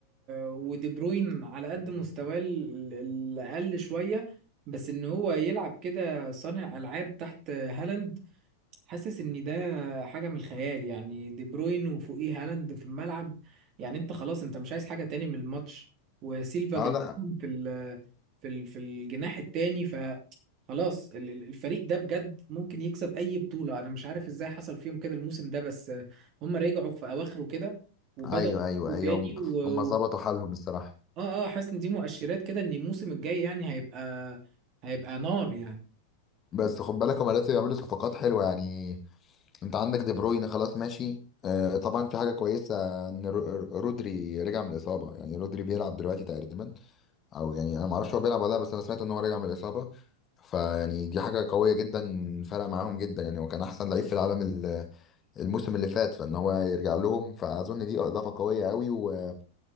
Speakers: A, on the right (about 40°); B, on the left (about 25°).
A: ودي بروين على قد مستواه ال- الاقل شوية بس ان هو يلعب كده صانع العاب تحت هالاند حاسس ان ده حاجه من الخيال يعني دي بروين وفوقيه هالاند في الملعب يعني انت خلاص انت مش عايز حاجه تاني من الماتش وسيلفا
B: اه
A: جنبهم
B: لا
A: في ال في ال في الجناح التاني ف خلاص ال- ال- الفريق ده بجد ممكن يكسب اي بطوله انا مش عارف ازاي حصل فيهم كده الموسم ده بس هم رجعوا في اواخره كده وبداوا
B: ايوه ايوه
A: يفوقوا
B: ايوه
A: تاني
B: هم
A: و...
B: هم ظبطوا
A: و...
B: حالهم الصراحة
A: اه اه حاسس ان دي مؤشرات كده ان الموسم الجاي يعني هيبقى هيبقى نار يعني
B: بس خد بالك هما لسه بيعملوا صفقات حلوة يعني انت عندك دي بروين خلاص ماشي آه طبعا في حاجة كويسة ان رو- رودري رجع من الإصابة يعني رودري بيلعب دلوقتي تقريبا او يعني انا ما اعرفش هو بيلعب ولا لا بس انا سمعت ان هو راجع من الاصابه فيعني دي حاجه قويه جدا فرق معاهم جدا يعني هو كان احسن لعيب في العالم ال- الموسم اللي فات فان هو يرجع لهم فاظن دي اضافه قويه قوي و...